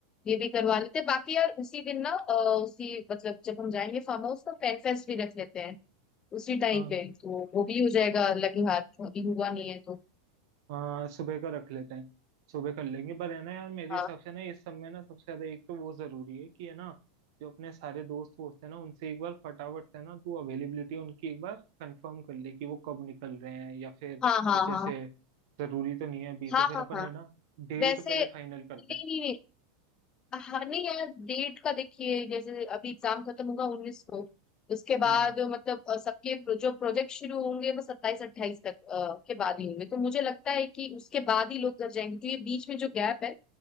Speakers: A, on the left; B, on the right.
A: ये भी करवा लेते हैं बाकी यार उसी दिन ना अ, उसी मतलब जब हम जाएंगे फार्म हाउस तो पेन फेस्ट भी रख लेते हैं उसी टाइम
B: हाँ
A: पे तो वो भी हो जाएगा लगे हाथ अभी हुआ नहीं है तो
B: हाँ सुबह का रख लेते हैं सुबह कर लेंगे पर है ना यार मेरे
A: हाँ
B: हिसाब से ना इस सब में ना सबसे ज्यादा एक तो वो जरूरी है कि है ना जो अपने सारे दोस्त वोस्त है ना उनसे एक बार फटाफट से ना तू अवेलेबिलिटी उनकी एक बार कंफर्म कर ले कि वो कब निकल रहे हैं या फिर
A: हाँ हाँ
B: कुछ ऐसे
A: हाँ
B: जरूरी तो नहीं है अभी तो
A: हाँ
B: फिर
A: हाँ
B: अपन
A: हाँ
B: है ना डेट
A: वैसे
B: पहले फाइनल
A: नहीं
B: करते हैं
A: नहीं नहीं हाँ नहीं यार डेट का देखिए जैसे अभी एग्जाम खत्म होगा उन्नीस को उसके बाद
B: हाँ
A: मतलब अ, सबके प्रो, जो प्रोजेक्ट शुरू होंगे वो सत्ताईस अट्ठाईस तक अ, के बाद ही होंगे तो मुझे लगता है कि उसके बाद ही लोग कर जाएंगे क्योंकि बीच में जो गैप है